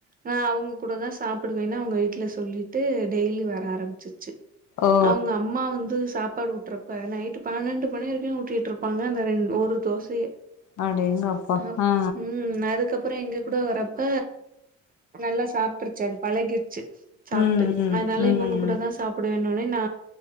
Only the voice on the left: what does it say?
ஓ
அடேங்கப்பா
ஆ
ம் ம்
ம்